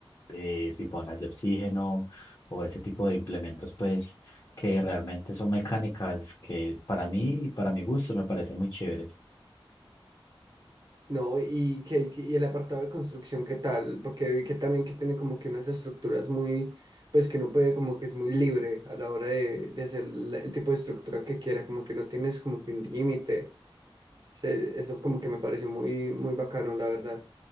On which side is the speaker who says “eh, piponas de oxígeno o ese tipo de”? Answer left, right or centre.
Left